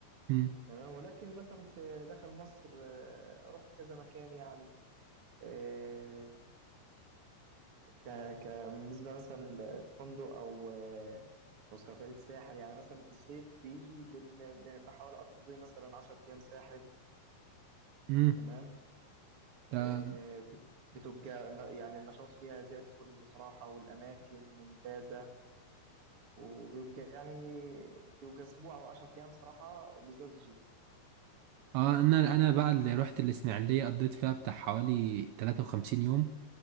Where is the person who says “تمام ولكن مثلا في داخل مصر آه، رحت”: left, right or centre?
Right